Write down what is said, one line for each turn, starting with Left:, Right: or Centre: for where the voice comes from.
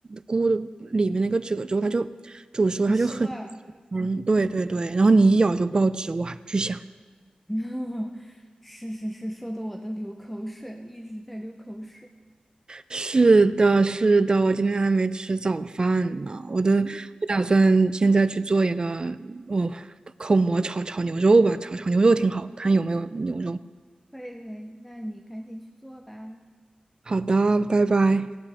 Right: 菇的里面那个褶皱，它就煮熟，
Centre: 很吸味儿。
Right: 它就很，嗯，
Centre: 嗯。
Right: 对对对，然后你一咬就爆汁，哇，巨香。
Centre: <laughs> 是是是，说的我都流口水了，一直在流口水。
Right: 是的，是的，我今天还没吃早饭呢，我的，
Centre: 嗯，
Right: 我打算现在去做一个，哦，口蘑炒炒牛肉吧，炒炒牛肉挺好，看有没有牛肉。
Centre: 可以可以，那你赶紧去做吧。
Right: 好的，拜拜。